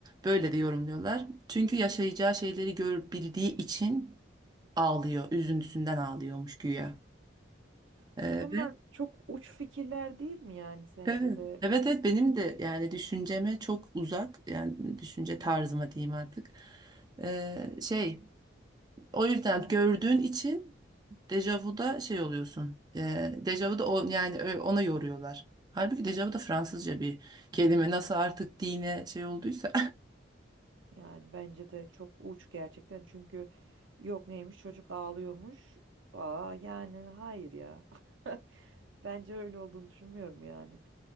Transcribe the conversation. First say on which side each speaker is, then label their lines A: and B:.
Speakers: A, on the right (about 20°); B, on the right (about 80°).
A: böyle de yorumluyorlar. Çünkü yaşayacağı şeyleri görebildiği için ağlıyor, üzüntüsünden ağlıyormuş güya. E,
B: İşte bunlar
A: ve
B: çok uç fikirler değil mi yani sence
A: evet,
B: de?
A: evet evet benim de yani düşünceme çok uzak yani düşünce tarzıma diyeyim artık. E, şey. O yüzden gördüğün için dejavuda şey oluyorsun. E, dejavuda o, yani ö- ona yoruyorlar. Halbuki dejavu da Fransızca bir kelime. Nasıl artık dine şey olduysa.
B: Yani bence de çok uç gerçekten çünkü yok neymiş çocuk ağlıyormuş. Aa yani hayır ya. <laughs> Bence öyle olduğunu düşünmüyorum yani.